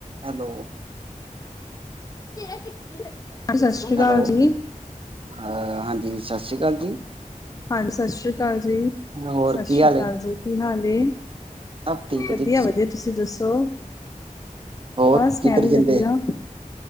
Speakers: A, on the right; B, on the left.
A: Hello
B: ਹਾਂ ਸਤਿ ਸ੍ਰੀ ਅਕਾਲ
A: ਹੈਲੋ
B: ਜੀ
A: ਅ ਹਾਂਜੀ ਸਤਿ ਸ਼੍ਰੀ ਅਕਾਲ ਜੀ
B: ਹਾਂਜੀ ਸਤਿ ਸ਼੍ਰੀ ਅਕਾਲ ਜੀ
A: ਹੋਰ
B: ਸਤਿ
A: ਕੀ
B: ਸ਼੍ਰੀ
A: ਹਾਲ
B: ਅਕਾਲ
A: ਹੈ
B: ਜੀ ਕੀ ਹਾਲ ਏ
A: ਸਭ ਠੀਕ ਹੈ
B: ਵਧੀਆ
A: ਜੀ
B: ਵਧੀਆ ਤੁਸੀਂ ਦੱਸੋ
A: ਹੋਰ
B: ਬਸ
A: ਕੀ
B: ਮੈਂ
A: ਕਰੀ
B: ਵੀ
A: ਜਾਂਦੇ
B: ਵਧੀਆ